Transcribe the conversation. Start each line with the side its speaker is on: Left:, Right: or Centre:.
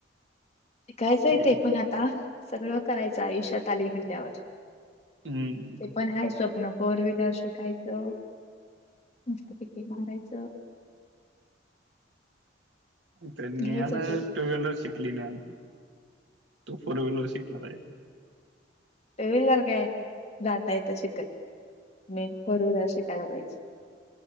Left: शिकायचं
Right: घे
Left: ते पण आता सगळं करायचं आयुष्यात आलोय म्हणल्यावर
Right: हम्म
Left: ते पण हाय स्वप्न फोर व्हीलर शिकायचं मस्त पैकी मारायचं <unintelligible>
Right: त्या नेहान
Left: घ्यायचं ते पण
Right: टू व्हीलर शिकली नाही अजून तू फोर व्हीलर शिकणार हायस
Left: टू व्हीलर काय जाता येता शिकल. मेन फोर व्हीलर शिकायला पाहिजे,